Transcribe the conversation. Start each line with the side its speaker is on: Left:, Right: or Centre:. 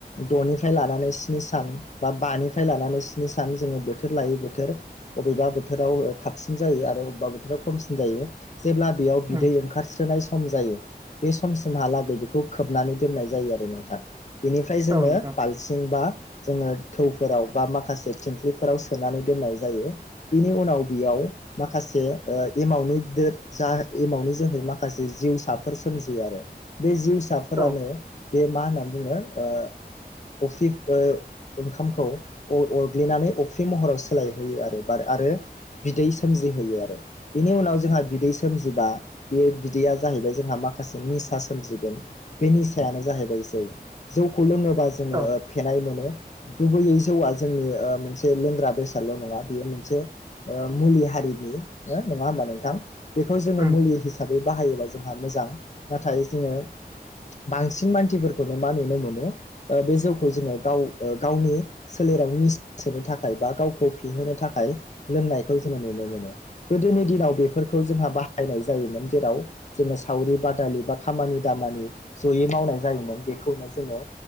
Left: द'निफ्राय लानानै स्नि सान बा बाफ्राय लानानै स्नि सान जों बोथोर लायै बोथोर अबेबा बोथोराव थाबसिन जा यो अबेबा बोथोराव खमसिन जायो। जेब्ला बेयाव बिदै
Right: उम
Left: ओंखारस्रोनाय सम जायो बे समसिमहालागै बेखौ खोबनानै दोननाय जायो आरो नोंथां। बेनिफ्राय जोङो
Right: औ नोंथां
Left: बालथिं बा जोङो थौफोराव बा माखासे थिंख्लिफोराव सोनानै दोननाय जायो। बिनि उनाव बेयाव माखासे ओ एमावनि दा एमावनि जोहै माखासे जिउसाफोर सो सोमजियो आरो बे जिउसाफोरानो
Right: औ
Left: बे मा होनना बुङो ओ अफ्रि ओ ओंखामखौ अर-अरग्लिनानै अफ्रि महराव सोलायहोयो आरो बार आरो बिदै सोमजिहोयो आरो। बिनि उनाव जोंहा बिदै सोमजिबा बे बिदैया जा जाहैबाय जोंहा माखासे निसा सोमजिगोन। बे निसायानो जाहैबाय जौ, जौखौ लोङो <unintelligible> जोङो
Right: औ
Left: फेनाय मोनो। गुबैयै जौआ जोंनि मोनसे लोंग्रा बेसादल' नङा बेयो मोनसे ओ मुलि हारि हारिनि नङा होनबा नोंथां? बेखौ जोङो
Right: उम
Left: मुलि हिसाबै बाहायोबा जोंहा मोजां। नाथाय जोङो बांसिन मानसिफोरखौनो मा नुनो मोनो बे जौखौ जोङो गाव -गावनि <unintelligible> <inaudible> <unintelligible> निसा सोनो थाखाय बा गावखौ फेहोनो थाखाय लोंनायखौ जोङो नुनो मोनो। गोदोनि दि दिनाव बेफोरखौ जोंहा बाहायनाय जायोमोन जेराव जोङो सावरि बा <unintelligible> खामानि दामानि जयै मावनाय जायोमोन बेखौनो जोङो